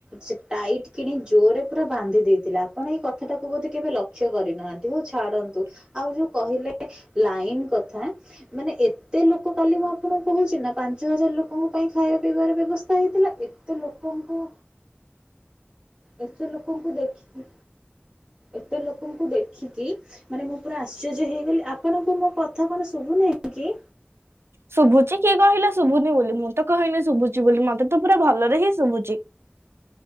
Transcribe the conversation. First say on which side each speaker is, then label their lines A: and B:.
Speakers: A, on the right; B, on the right.
A: ସେ ଟାଇଟ୍ କିଣି ଜୋରରେ ପୁରା ବାନ୍ଧି ଦେଇଥିଲା ଆପଣ ଏଇ କଥାଟ ଟାକୁ ବୋଧେ କେବେ ଲକ୍ କ୍ଷ୍ୟ କରିନାହାନ୍ତି ହଉ ଛାଡନ୍ତୁ ଆଉ ଯୋଉ କହିଲେ ଲାଇନ କଥା ମାନେ ଏତେ ଲୋକ କାଲି ମୁଁ ଆପଣଙ୍କୁ କହୁଛି ନା ପାଞ୍ଚ ହଜାର ଲୋକଙ୍କ ପାଇଁ ଖାଇବା ପିଇବାର ବ୍ୟବସ୍ଥା ହେଇଥିଲା ଏତେ ଲୋକଙ୍କୁ ଏତେ ଲୋକଙ୍କୁ ଦେଖିକି ଏତେ ଲୋକଙ୍କୁ ଦେଖିକି ମାନେ ମୁଁ ପୁରା ଆଶ୍ଚର୍ଯ୍ୟ ହେଇଗଲି। ଆପଣଙ୍କୁ ମୋ କଥା କଣ ଶୁଭୁନାହିଁ କି?
B: ଶୁଭୁଛି କିଏ କହିଲା ଶୁଭୁନି ବୋଲି ମୁଁ ତ କହିନି ଶୁଭୁଛି ବୋଲି ମତେ ତ ପୁରା ଭଲରେ ହିଁ ଶୁଭୁଛି।